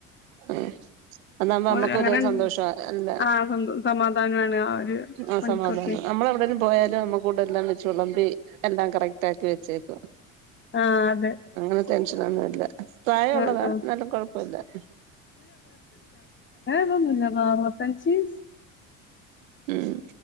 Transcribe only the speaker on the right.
<inaudible> അന്ന് <unintelligible> നമ്മക്ക്
<inaudible> സന്തോഷം <unintelligible> ഇല്ല.
ആ
സമാധാന. അമ്മള് എവടേലും പോയാല്. <inaudible> എല്ലാം വെച്ച് വെള മ്പി <inaudible> തേക്ക് വെച്ചേക്ക്വാ.
ഭക്ഷൊന്നുംല്ല. പ്രായമള്ളതാ
നല്ല കുഴപ്പല്ല -..-
ഉം.